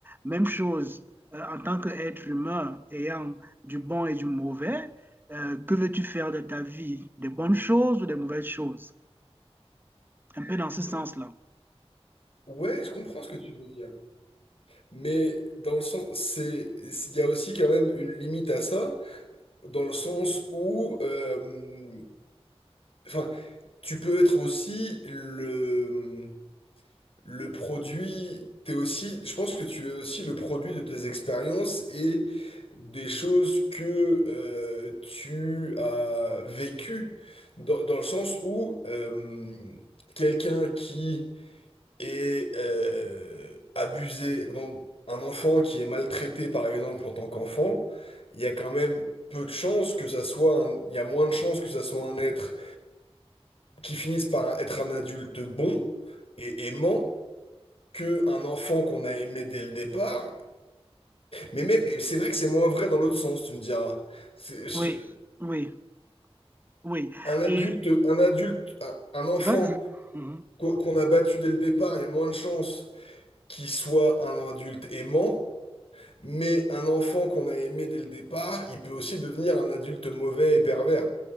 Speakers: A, on the right (about 20°); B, on the left (about 65°).
A: Même chose euh, en tant qu'être humain ayant du bon et du mauvais, euh, que veux-tu faire de ta vie? Des bonnes choses ou des mauvaises choses? Un peu dans ce sens-là.
B: Ouais, je comprends ce que tu veux dire. Mais dans le sens, c'est, il y a aussi quand même une limite à ça, dans le sens où, euh, enfin, tu peux être aussi le, le produit, t'es aussi, je pense que tu es aussi le produit de tes expériences et des choses que euh, tu as vécues, dans, dans le sens où euh, quelqu'un qui est euh, abusé, bon, un enfant qui est maltraité par exemple en tant qu'enfant, il y a quand même peu de chances que ça soit un- il y a moins de chances que ça soit un être qui finisse par être un adulte bon et aimant que un enfant qu'on a aimé dès le départ. Mais même, mais c'est vrai que c'est moins vrai dans l'autre sens, tu me diras. C'est- je-
A: Oui, oui, oui.
B: un adulte,
A: Et
B: un adulte, un, un enfant
A: vas-y. Mhm.
B: qu'on qu'on a battu dès le départ, il y a moins de chances qu'il soit un adulte aimant. Mais un enfant qu'on a aimé dès le départ, il peut aussi devenir un adulte mauvais et pervers.